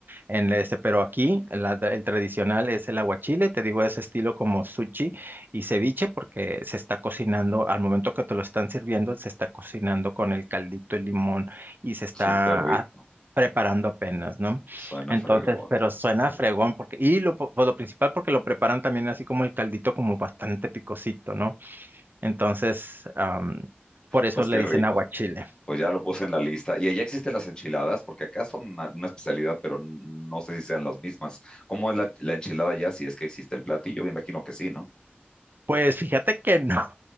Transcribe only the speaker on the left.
Súper rico,
suena
fregón.
Pues
qué
rico.
pues ya lo puse en la lista. Y allá existen las enchiladas, porque acá son una, una especialidad, pero no sé si sean las mismas. ¿Cómo es la, la enchilada allá? Si es que existe el platillo, me imagino que sí, ¿no?